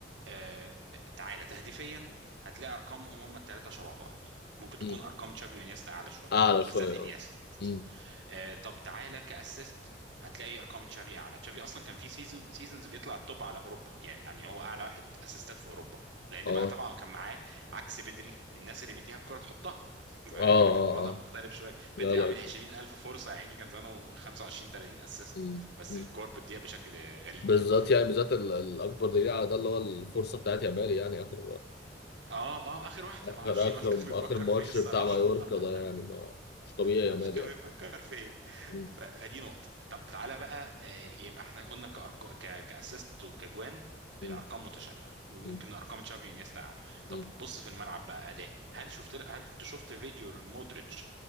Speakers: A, on the right; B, on the left.
A: آه، تعالى تهديفيا هتلاقي ارقامهم هم الثلاثه شبه بعض ممكن تكون
B: أمم.
A: ارقام تشافي وانيستا اعلى شويه
B: اعلى
A: بالذات
B: شويه
A: انيستا
B: اه امم
A: آه، طب تعالى كاسيست هتلاقي ارقام تشافي اعلى تشافي اصلا كان في سيزون سيزونز بيطلع التوب على اوروبا يعني هو اعلى واحد اسيستات في اوروبا لان
B: اه
A: بقى طبعا كان معاه عكس بدري الناس اللي بيديها الكره تحطها <laughs> فكان
B: اه اه
A: الوضع
B: اه
A: مختلف شويه بدري
B: لا لا
A: عامل
B: أكتر.
A: 20000 فرصه يا عيني كان زمانه 25 30 اسيست
B: أمم.
A: بس الكور بتضيع بشكل غريب
B: بالذات
A: يعني
B: يعني بالذات ال- الاكبر دليل على ده اللي هو الفرصه بتاعت يامال يعني اخر
A: اه اه اخر واحده
B: اخر
A: ما اعرفش
B: اخر
A: مالكم بيفكر
B: اخر ماتش
A: في ايه الصراحه
B: بتاع مايوركا
A: <laughs>
B: ده يعني ما مش طبيعي
A: معرفش
B: يامال
A: كان
B: يعني
A: بيفكر في ايه
B: م-
A: ف... فدي نقطة طب تعالى بقى آه، يبقى احنا قلنا كأرق... ك... كأسيست وكجوان
B: م-
A: الأرقام متشابهة وممكن
B: م-
A: أرقام تشافي ونيستا أعلى طب
B: م-
A: بص في الملعب بقى أداء هل شفت هل أنت شفت فيديو مودريتش